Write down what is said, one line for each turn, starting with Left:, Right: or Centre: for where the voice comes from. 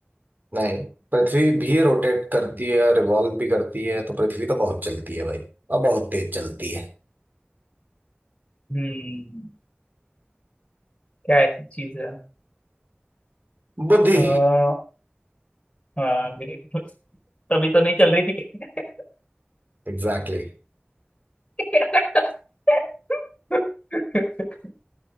Right: नहीं पृथ्वी भी रोटेट करती है रिवॉल्व भी करती है तो पृथ्वी तो बहुत चलती है भाई और बहुत तेज चलती है
Left: हम्म क्या ऐसी चीज है
Right: बुद्धि
Left: अह हाँ बिल्कुल तभी तो नहीं चल रही थी <laughs>
Right: Exactly exactly.
Left: <laughs>